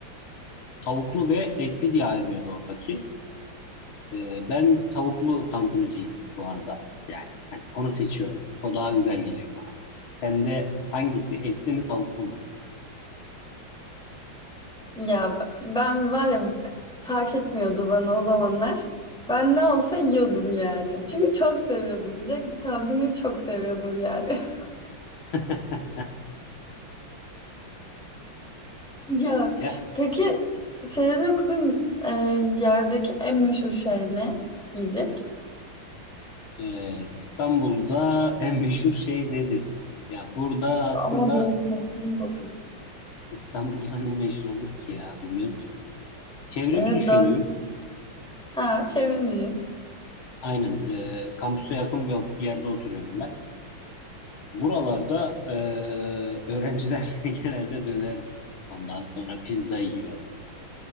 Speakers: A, on the left; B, in the centre.
A: Tavuklu ve etli diye ayrılıyordu oradaki. Ee, ben tavuklu tantunucuyum bu arada. Yani hani onu seçiyorum. O daha güzel geliyor bana. Sende hangisi etli mi tavuklu mu?
B: Ya ben var ya fark etmiyordu bana o zamanlar. Ben ne olsa yiyordum yani. Çünkü çok seviyordum diyecek. Tantuniyi çok seviyordum yani. <laughs>
A: <laughs>
B: Ya
A: Ya
B: peki senin okuduğun e, yerdeki en meşhur şey ne? Yiyecek.
A: e, İstanbul'da en meşhur şey nedir? Ya burada aslında
B: Ama doğru sen sen de okuyordun.
A: İstanbul'da ne meşhur olur ki ya bilmiyorum ki. Çevremi
B: Evet
A: düşüneyim.
B: doğru. Ha çevreni düşün.
A: Aynen e, kampüse yakın bir bir yerde oturuyorum ben. Buralarda e, öğrenciler <laughs> genelde döner yiyor. Ondan sonra pizza yiyor.